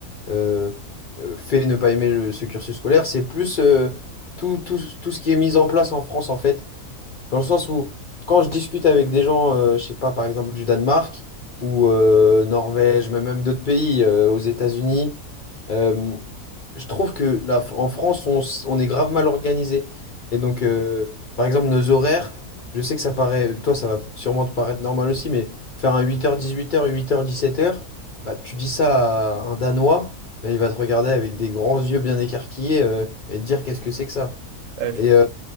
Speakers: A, on the left (about 70°); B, on the right (about 65°).
A: euh, euh, fait ne pas aimer le- ce cursus scolaire, c'est plus euh, tout, tout, tout ce qui est mis en place en France, en fait. Dans le sens où, quand je discute avec des gens, euh, je sais pas, par exemple du Danemark ou euh, Norvège, mais même d'autres pays, euh, aux États-Unis, euh, je trouve que là, en France, on, s- on est grave mal organisé. Et donc, euh, par exemple, nos horaires, je sais que ça paraît, toi, ça va sûrement te paraître normal aussi, mais faire un huit heures, dix-huit heures, huit heures, dix-sept heures, bah, tu dis ça à un Danois, mais il va te regarder avec des grands yeux bien écarquillés, euh, et te dire qu'est-ce que c'est que ça.
B: Ouais, je
A: Et,
B: comprends.
A: euh,